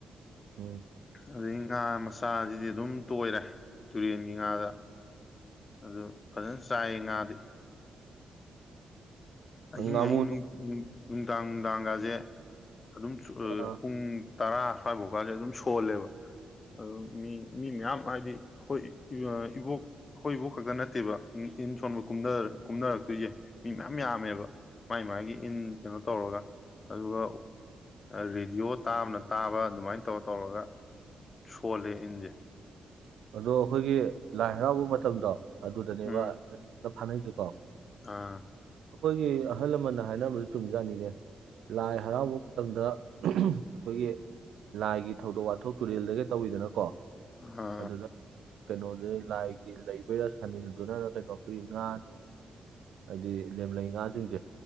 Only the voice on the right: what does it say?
ꯎꯝ
ꯎꯝ ꯉꯥꯃꯨ
ꯅꯨꯡ
ꯑꯥ
ꯑꯗꯣ ꯑꯩꯈꯣꯏꯒꯤ ꯂꯥꯏ ꯍꯔꯥꯎꯕ ꯃꯇꯝꯗꯣ ꯑꯗꯨꯗꯅꯦꯕ
ꯍꯦꯛꯇ ꯐꯥꯅꯩꯁꯤꯀꯣ
ꯑꯩꯈꯣꯏꯒꯤ ꯑꯍꯜ ꯂꯃꯟꯅ ꯍꯥꯏꯅꯕꯗꯨ ꯆꯨꯝꯖꯥꯠꯅꯤꯅꯦ ꯂꯥꯏ ꯍꯔꯥꯎꯕ ꯃꯇꯝꯗ ꯑꯩꯈꯣꯏꯒꯤ ꯂꯥꯏꯒꯤ ꯊꯧꯗꯣꯛ ꯋꯥꯊꯣꯛ ꯇꯨꯔꯦꯜꯗꯒ ꯇꯧꯋꯤꯗꯅꯀꯣ
ꯑꯗꯨꯗ ꯀꯩꯅꯣꯁꯦ ꯂꯥꯏꯒꯤ ꯂꯩꯕꯩꯔ ꯁꯥꯅꯤꯜꯗꯨꯅ ꯀꯩꯅꯣ ꯑꯩꯈꯣꯏ ꯉꯥ ꯅꯨꯡ ꯍꯥꯏꯗꯤ ꯂꯦꯝꯂꯩ ꯉꯥꯁꯤꯡꯁꯦ